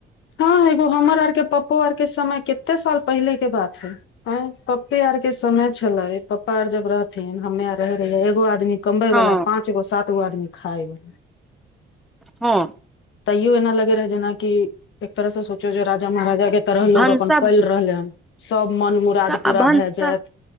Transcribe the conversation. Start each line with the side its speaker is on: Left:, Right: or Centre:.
Left: ह एगो हमर आर के पप्पो आर के समय कते साल पहिले के बात है। आ पाप्पे आर के समय छलै पप्पा आर जब रहथिन हमे आर रहे रहियै एगो आदमी कमबे
Centre: हँ
Left: वाला पाँच गो सात गो आदमी खााय वा
Centre: ह
Left: तैयो एना लगे रहै जेनाक एक तरह से सोचो जे राजा महाराजा के तरह लोग
Centre: भनसा
Left: अपन पैल रहले हन सभ मन मुराद
Centre: तऽ
Left: पूरा
Centre: आ भनसा
Left: भए जायत